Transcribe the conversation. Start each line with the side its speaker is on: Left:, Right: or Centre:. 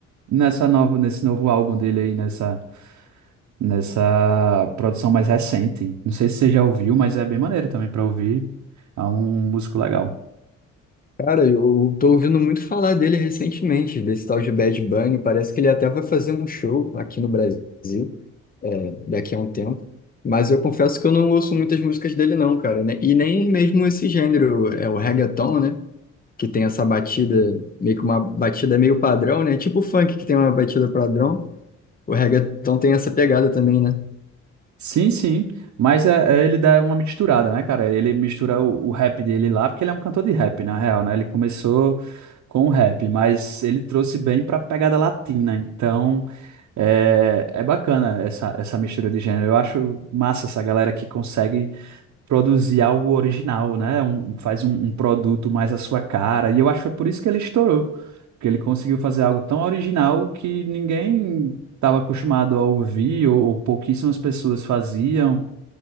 Right: nessa nova, nesse novo álbum dele aí, nessa. Nessa produção mais recente. Não sei se você já ouviu, mas é bem maneiro também para ouvir. É um músico legal.
Left: Cara, eu tô ouvindo muito falar dele recentemente, desse tal de Bad Bunny. Parece que ele até vai fazer um show aqui no Brasil. é, daqui a um tempo. Mas eu confesso que eu não ouço muitas músicas dele não, cara, né? E nem mesmo esse gênero, é o reggaeton, né? Que tem essa batida, meio que uma batida meio padrão, né? Tipo o funk que tem uma batida padrão, o reggaeton tem essa pegada também, né?
Right: Sim, sim. Mas é, é- ele dá uma misturada, né, cara? Ele mistura o, o rap dele lá, porque ele é um cantor de rap, na real, né? Ele começou com o rap, mas ele trouxe bem pra pegada latina. Então, é, é bacana essa, essa mistura de gênero. Eu acho massa essa galera que consegue produzir algo original, né? Um, faz um, um produto mais à sua cara. E eu acho que foi por isso que ele estourou, porque ele conseguiu fazer algo tão original que ninguém estava acostumado a ouvir, ou, ou pouquíssimas pessoas faziam,